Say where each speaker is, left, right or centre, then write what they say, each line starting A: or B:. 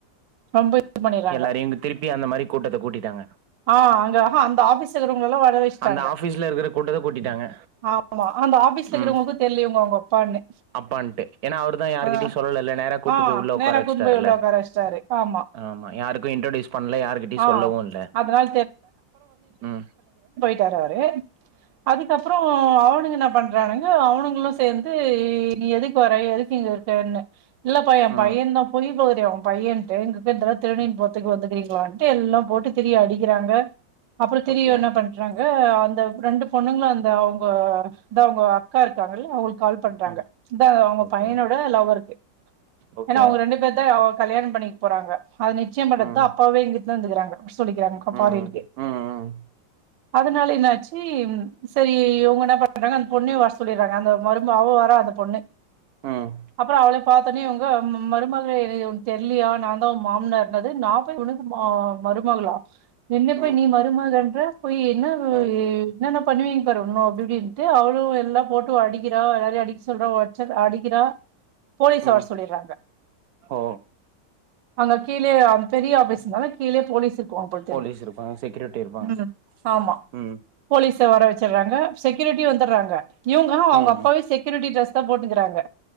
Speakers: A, on the right; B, on the right.
A: ரொம்ப இது பண்ணிறாங்க
B: எல்லாரையு இங்க திருப்பி அந்த மாரி கூட்டத்த கூட்டிட்டாங்க
A: ஆஹ் அங்க அஹ்ஹா அந்த ஆபிஸ்ல இருக்கவங்கலா வர வச்சுட்டாங்க
B: அந்த ஆபிஸ்ல இருக்ற கூட்டத கூட்டிட்டாங்க
A: ஆமா அந்த ஆபீஸ்ல இருக்கிறவங்களுக்கு
B: உம்
A: தெர்ல இவங்க அவங்க அப்பான்னு
B: அப்பான்ட்டு ஏனா அவருதா யாருகிட்டியு
A: ஆ
B: சொல்லல இல்ல நேர கூட்டு
A: ஆ
B: போய் உள்ள
A: நேரா
B: உக்கார வச்சுட்டாருல்ல
A: கூட்னு போய் உள்ள உக்கார வச்ட்டாரு ஆமா
B: ஆமா யாருக்கு இன்றோடியூஸ் பண்ல யாருகிட்டியு
A: ஆ
B: சொல்லவும் இல்ல
A: அதனால
B: ஹ்ம்
A: ட்டாரு அவரு அதுக்கப்றம் ஹ்ம் அவனுங்க என்ன பண்றானுங்க அவனுங்ளும் சேந்து நீ எதுக்கு வர எதுக்கு இங்க இருக்குனு இல்ல பா என்
B: ம்
A: பையந்தா புரிய போரியா உ பையன்ட்டு ன்றா திருனின்
B: ம்
A: போறத்துக்கு வந்து ரிங்ளானு ட்டு எல்லா போட்டு திரிய அடிக்கிறாங்க அப்றம் திரிய
B: ஓகே
A: என்ன பண் ங்க அந்த ரெண்டு பொண்ணுங்ளும் அந்த அவங்க தா அவங்க அக்கா இருக்காங்கல அவங்ளுக் கால் பண்ட்டாங்க
B: ஆமா
A: அதா அவங்க
B: ஓகே
A: பையனோட லவ்வருக்கு
B: ஓகே
A: ஏனா அவங்க ரெண்டு பேத்தா கல்யாணபன்னி போறாங்க அது நிச்சியம் பன்னதா
B: ம்
A: அப்பாவே இங்க வந்துகறாங்க சொல்லிகிறாங்க
B: ம்
A: பாரீன்க்கு
B: ம் ம் ம்
A: அதனால என்னாச்சு சரி இவங்க என்ன பண்றாங்க பொண்ணியு வர சொல்லிறாங்க அந்த மருமவ அவ வரா அந்த பொண்ணு
B: ம்
A: அப்றம் அவள பாத்தோனே இவங்க மருமகள எ தெரிலியா நாந்தா உ மாம்னாரு னது நா போய் உனக்கு ம மருமகளா என்னபோய்
B: ம்
A: நீ மருமகன்ற போய் என்ன
B: ம்
A: என்னன்ன பண்ணுவிங்கபாரு இன்னும் அப்டி இப்டினு ட்டு அவளும் எல்லா போட்டு அடிக்கிறா எல்லாரையு அடிக்க சொல்றா அடிச்சு அடிக்கிறா போலீஸ
B: ம்
A: வர சொல்லிறாங்க
B: ஓ
A: அங்க கீழியே பெரிய ஆப்ஸ்னால கீலயே போலீஸ் இருக்குவாங்க போல தெரியுது
B: போலீஸ் இருப்பாங்க செக்யூரிட்டி இருப்பாங்க
A: உம். ஆமா
B: ம்
A: போலீஸ். பீச வர வச்சுடுறாங்க. செக்யூரிட்டி வந்துடுறாங்க இவங்க அவங்க
B: ம்
A: அப்பாவயே
B: ம்
A: செக்யூரிட்டி டிரெஸ். போட்டுங்கிறாங்க.